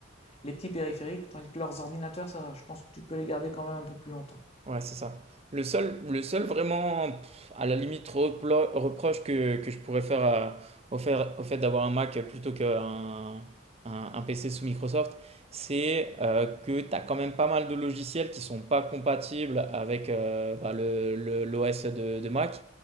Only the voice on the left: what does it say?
les petits périphériques, tandis que leurs ordinateurs, ça, je pense que tu peux les garder quand même un peu plus longtemps.